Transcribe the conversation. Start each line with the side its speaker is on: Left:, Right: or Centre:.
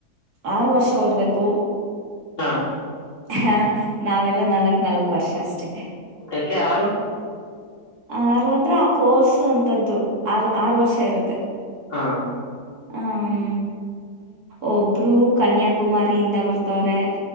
Right: ಆರು ವರ್ಷ ಓದ್ಬೇಕು.
Left: ಹಾ
Right: ಹಾ ನಾವೆಲ್ಲಾ ನಾಲ್ಕ್ ನಾಲ್ಕ್ ವರ್ಷ ಅಷ್ಟೇ.
Left: ಯಾಕೆ ಆರು
Right: ಆರು ಅಂದ್ರೆ ಆ ಕೋರ್ಸ್ ಅಂತದ್ದು ಆರ್ ಆರು ವರ್ಷ ಇರುತ್ತೆ.
Left: ಹಾ
Right: ಹ್ಮ ಒಬ್ಬರು ಕನ್ಯಾಕುಮಾರಿಯಿಂದ ಬರ್ತವರೆ